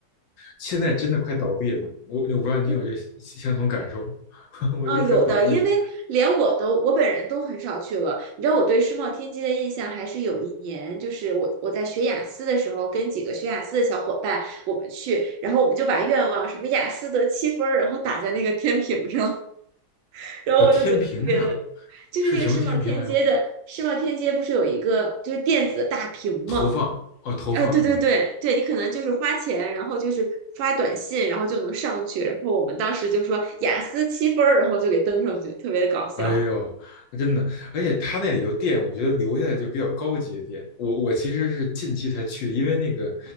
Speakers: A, on the left (about 70°); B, on the right (about 75°).
A: 现在真的快倒闭了，我我不知道您有这相同感受，
B: 嗯。
A: <laughs> 我就快倒闭。
B: 啊，有的，因为连我都我本人都很少去了。你知道我对世贸天阶的印象，还是有一年，就是我我在学雅思的时候，跟几个学雅思的小伙伴，我们去，然后我们就把愿望什么雅思得七分儿，然后打在那个天平上，<laughs> 然后我就觉得特别的，
A: 呃，天平上
B: 就是那个世贸天阶的世贸天阶不是有一个就是电子的大屏吗？
A: 是什么天平来着？投放哦，投放是吧？
B: 啊，对对对对，你可能就是花钱，然后就是发短信，然后就能上去。然后我们当时就说雅思七分儿，然后就给登上去，特别的搞笑。
A: 哎呦，那真的，而且它那里头店，我觉得留下来就比较高级的店。我我其实是近期才去的，因为那个